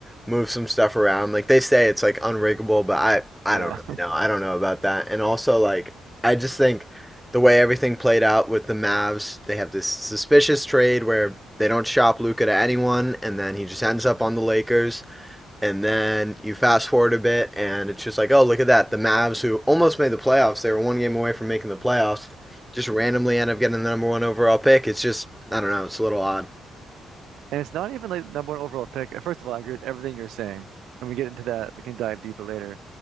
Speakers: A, in the centre; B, on the right (about 80°).
A: move some stuff around. Like they say, it's like unriggable, but I I
B: Yeah.
A: don't really know. I don't know about that. And also, like I just think the way everything played out with the Mavs, they have this suspicious trade where they don't shop Luca to anyone, and then he just ends up on the Lakers. And then you fast forward a bit, and it's just like, oh, look at that. The Mavs, who almost made the playoffs, they were one game away from making the playoffs, just randomly end up getting the number one overall pick. It's just, I don't know, it's a little odd.
B: And it's not even like number one overall pick. First of all, I agree with everything you're saying. And we get into that, we can dive deeper later.